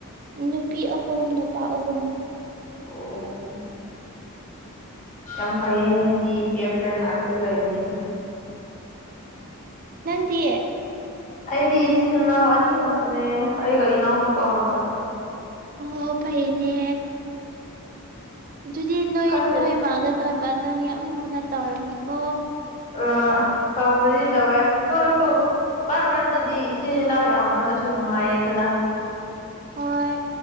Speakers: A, on the right (about 40°); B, on the left (about 35°).
A: ꯅꯨꯄꯤ ꯑꯍꯨꯝ ꯅꯨꯄꯥ ꯑꯍꯨꯝ
B: ꯑꯣ ꯌꯥꯝ ꯐꯩꯌꯦ ꯅꯣꯏꯗꯤ ꯄꯦꯔ ꯄꯦꯔ ꯉꯥꯛꯇ ꯂꯩꯕꯅꯤꯅ
A: ꯅꯪꯗꯤ
B: ꯑꯩꯗꯤ ꯏꯆꯤꯟ ꯏꯅꯥꯎ ꯑꯅꯤ ꯈꯛꯇꯅꯦ ꯑꯩꯒ ꯏꯅꯥꯎ ꯅꯨꯄꯥ ꯉꯥꯛꯇ
A: ꯑꯣ ꯐꯩꯌꯦꯅꯦ ꯑꯗꯨꯗꯤ ꯅꯣꯏ
B: ꯈꯪꯗꯦꯗ
A: ꯅꯣꯏ ꯃꯥꯒ ꯅꯣꯏ ꯕꯥꯅ ꯌꯥꯝ ꯂꯨꯅ ꯇꯧꯔꯝꯅꯤꯀꯣ
B: ꯑꯥ ꯇꯧꯕꯗꯤ ꯇꯧꯋꯦ ꯑꯗꯨ ꯑꯣꯏꯔꯁꯨ ꯃꯥꯢ ꯃꯔꯛꯇꯗꯤ ꯏꯆꯤꯟ ꯏꯅꯥꯎ ꯌꯥꯝꯕꯅꯁꯨ ꯅꯨꯡꯉꯥꯏꯌꯦꯗꯅ
A: ꯍꯣꯏ